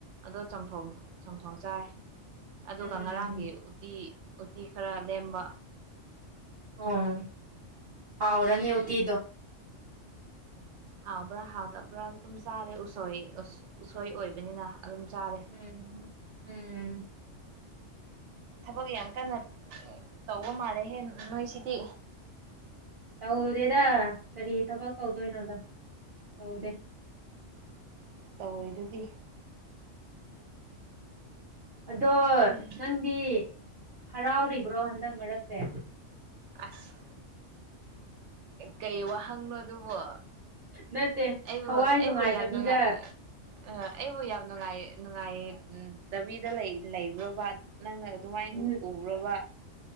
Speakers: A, on the right; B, on the right.
A: ꯑꯗꯣ ꯆꯝꯊꯣꯡ ꯆꯨꯝꯊꯣꯡ ꯆꯥꯏ ꯑꯗꯨꯒ
B: ꯎꯝ
A: ꯉꯔꯥꯡ ꯎꯇꯤ ꯎꯇꯤ ꯈꯔ ꯂꯦꯝꯕ
B: ꯑꯣ ꯍꯥꯎꯔꯅꯤ ꯎꯇꯤꯗꯣ
A: ꯍꯥꯎꯕ꯭ꯔꯥ ꯍꯥꯎꯇꯕ꯭ꯔꯥ ꯑꯗꯨꯝ ꯆꯥꯔꯦ ꯎꯁꯣꯏ ꯎꯁꯣꯏ ꯑꯣꯏꯕꯅꯤꯅ ꯑꯗꯨꯝ ꯆꯥꯔꯦ
B: ꯎꯝ ꯎꯝ
A: ꯊꯕꯛ ꯌꯥꯝ ꯀꯟꯅ ꯇꯧꯕ ꯃꯥꯜꯂꯦ ꯍꯦ ꯅꯣꯏꯁꯤꯗꯤ
B: ꯇꯧꯗꯦꯗ ꯀꯔꯤ ꯊꯕꯛ ꯇꯧꯗꯣꯏꯅꯣꯗ ꯇꯧꯗꯦ
A: ꯇꯧꯔꯤꯗꯨꯗꯤ
B: ꯑꯗꯣ
A: ꯑꯩ
B: ꯅꯪꯗꯤ ꯍꯔꯥꯎꯔꯤꯕ꯭ꯔꯣ ꯍꯟꯗꯛ ꯃꯔꯛꯁꯦ
A: ꯑꯁ ꯀꯩ ꯋꯥꯍꯪꯅꯣ ꯑꯗꯨꯕꯣ
B: ꯅꯠꯇꯦ
A: ꯑꯩꯕꯨ
B: ꯊꯋꯥꯏ
A: ꯑꯩꯕꯨ
B: ꯅꯨꯡꯉꯥꯏꯇꯕꯤꯗ
A: ꯌꯥꯝ ꯅꯨꯡꯉꯥꯏ ꯑꯩꯕꯨ ꯌꯥꯝ ꯅꯨꯡꯉꯥꯏꯌꯦ ꯅꯨꯡꯉꯥꯏ ꯗꯕꯤꯗ ꯂꯩꯕ꯭ꯔꯣꯕ ꯅꯪꯅ ꯑꯗꯨꯃꯥꯏꯅ
B: ꯎꯝ,
A: ꯎꯕ꯭ꯔꯣꯕ